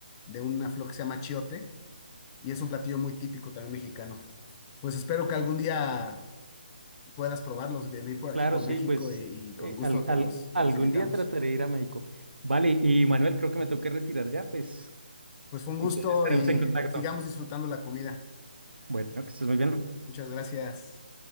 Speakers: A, on the left; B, on the right.
A: de una flor que se llama chiote, y es un platillo muy típico también mexicano. Pues espero que algún día puedas probarlos, venir por aquí
B: Claro,
A: por
B: sí,
A: México
B: pues
A: y, y con
B: eh,
A: gusto
B: al-
A: te
B: al-
A: los,
B: algún
A: te los invitamos.
B: día trataré de ir a México. Vale, y Manuel, creo que me tengo que retirar ya, pues
A: Pues fue un
B: entonces
A: gusto
B: estaremos
A: y
B: en contacto.
A: sigamos disfrutando la comida.
B: Bueno, que estés muy bien.
A: Muchas gracias.